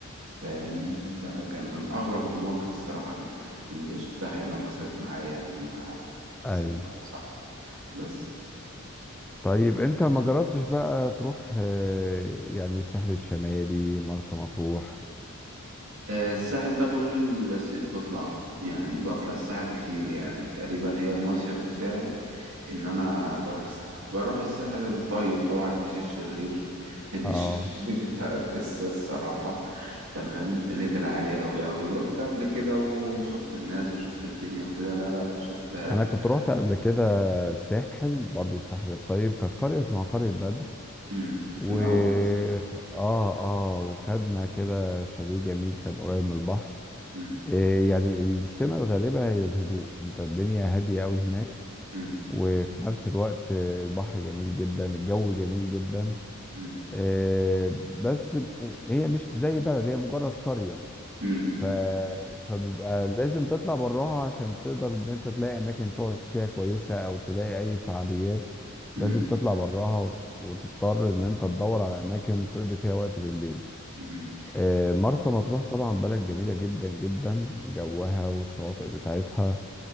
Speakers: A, on the right; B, in the centre.
A: فاهمني فكان من اغرب المواقف الصراحه اللي شفتها يعني وحصلت معايا يعني مع سلب
B: ايوه
A: واحد صعب بس
B: طيب انت ما جربتش بقى تروح آه، يعني الساحل الشمالي مرسى مطروح
A: آه، الساحل ده كل صيف بطلعه يعني بطلع الساحل كتير يعني تقريبا هي المصيف بتاعي ان انا بروح الساحل بروح الساحل الطيب طبعا مش الشرير لان
B: اه
A: الشرير <laughs> ده قصة الصراحة تمام ليفل عالي قوي قوي رحت قبل كده وشفت الناس وشفت الدنيا وكده لا لا شفت
B: انا كنت روحت قبل كده الساحل برضو الساحل الطيب كانت قرية اسمها قرية بدر
A: مم.
B: و
A: في الاول دي
B: اه اه وخدنا كده شاليه جميل كان قريب من البحر
A: مم.
B: آه، يعني السمة الغالبة هي الهدوء انت الدنيا هادية قوي هناك
A: مم.
B: وفي نفس الوقت آه، البحر جميل جدا الجو جميل جدا
A: مم.
B: آه، بس م- هي مش زي بلد هي مجرد قرية
A: مم. مم.
B: ف... فبيبقى لازم تطلع براها عشان تقدر ان انت تلاقي اماكن تقعد فيها كويسة او تلاقي اي فعاليات
A: مم.
B: لازم تطلع براها وت- وتضطر ان انت تدور على اماكن تقضي فيها وقت بالليل
A: مم.
B: آه، مرسى مطروح طبعا بلد جميلة جدا جدا جوها والشواطئ بتاعتها